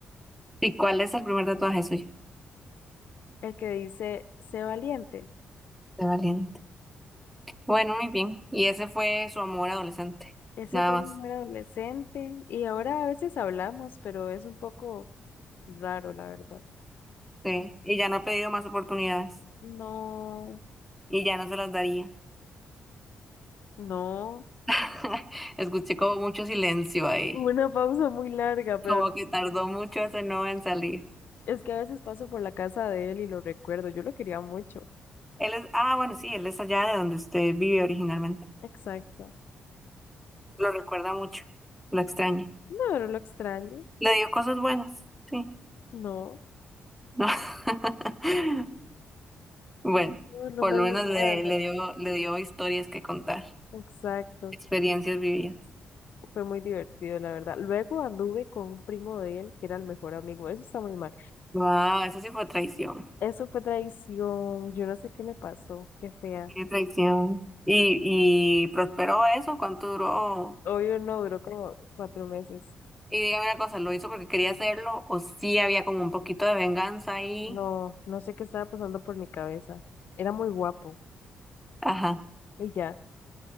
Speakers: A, in the centre; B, on the left (about 65°).
A: ¿Y cuál es el primer tatuaje suyo?
B: el que dice, sé valiente.
A: De valiente. Bueno, muy bien. Y ese fue su amor adolescente.
B: Ese
A: Nada
B: fue
A: más.
B: mi primer adolescente y ahora a veces hablamos, pero es un poco raro, la verdad.
A: Sí. Y ya no ha pedido más oportunidades.
B: No,
A: Y ya no se las daría.
B: no,
A: <laughs> Escuché como mucho silencio ahí.
B: hubo una pausa muy larga, pero
A: Como que tardó mucho ese no en salir.
B: es que a veces paso por la casa de él y lo recuerdo, yo lo quería mucho.
A: Él es, ah, bueno, sí, él es allá de donde usted vive originalmente.
B: Exacto.
A: Lo recuerda mucho. Lo extraña.
B: No, no lo extraño,
A: Le dio cosas buenas. Sí.
B: no,
A: <laughs> Bueno,
B: no, no
A: por
B: me
A: lo
B: dio
A: menos
B: nada
A: le,
B: en
A: le
B: realidad.
A: dio, le dio historias que contar,
B: Exacto.
A: experiencias vividas.
B: Fue muy divertido, la verdad. Luego anduve con un primo de él, que era el mejor amigo. Eso está muy mal.
A: Wow, eso sí fue traición.
B: Eso fue traición. Yo no sé qué me pasó. Qué fea.
A: Qué traición. ¿Y, y prosperó eso? ¿Cuánto duró?
B: Obvio no, duró como cuatro meses.
A: Y dígame una cosa, ¿lo hizo porque quería hacerlo o sí había como un poquito de venganza ahí?
B: No, no sé qué estaba pasando por mi cabeza. Era muy guapo.
A: Ajá,
B: Y ya.